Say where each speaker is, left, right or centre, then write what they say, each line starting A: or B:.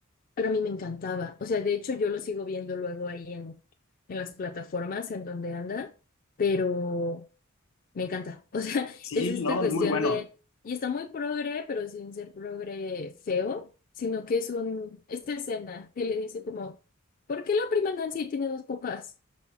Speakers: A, on the left; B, on the left.
A: pero a mí me encantaba. O sea, de hecho yo lo sigo viendo luego ahí en, en las plataformas en donde anda, pero me encanta. O sea, <laughs>
B: sí,
A: es esta
B: no,
A: cuestión
B: es muy bueno.
A: de, y está muy progre, pero sin ser progre feo, sino que es un, esta escena que le dice como, ¿por qué la prima Nancy tiene dos papás?